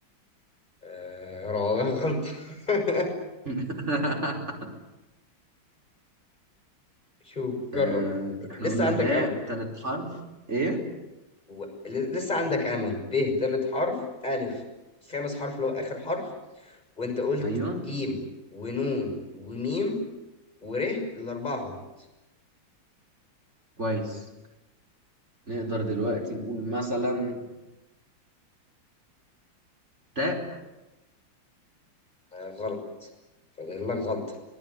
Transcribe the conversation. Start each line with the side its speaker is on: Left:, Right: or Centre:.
Left: آه رابع غلط <laughs>
Right: <laughs>
Left: شوف جرب
Right: آه احنا
Left: لسه
Right: قلنا
Left: عندك
Right: باء
Left: امل
Right: ثلاث حرف إيه
Left: و... ل- لسه عندك امل ب تالت حرف الف خامس حرف اللي هو اخر حرف وانت قلت
Right: أيوه
Left: جيم ونون وميم وره الاربعه غلط
Right: كويس نقدر دلوقتي نقول مثلا تاء
Left: آه غلط فاضل لك غلطه